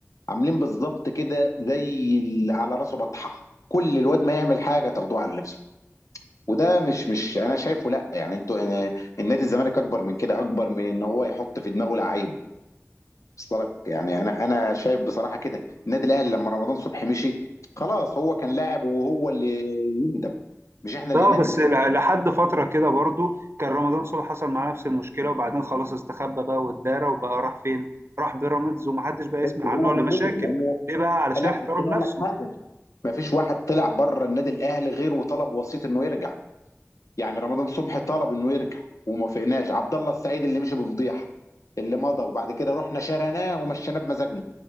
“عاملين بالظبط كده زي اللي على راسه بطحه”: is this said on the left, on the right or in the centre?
Left